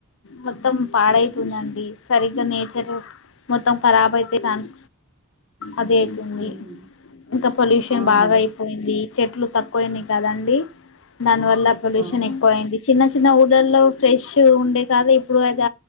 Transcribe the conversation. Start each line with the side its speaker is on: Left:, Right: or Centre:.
Left: మొత్తం పాడైతుందండి సరిగ్గా నేచర్ మొత్తం కరాబ్ అయితే కాని అదే అయితుంది
Right: ఉమ్
Left: ఇంకా పొల్యూషన్
Right: అవునా
Left: బాగా అయిపో పోయింది చెట్లు తక్కువయినియి కదండి దాని వల్ల పొల్యూషన్
Right: అవును
Left: ఎక్కువ అయింది చిన్న చిన్న ఊళ్ళల్లో ఫ్రెష్ ఉండే కాదు ఇప్పుడు అడ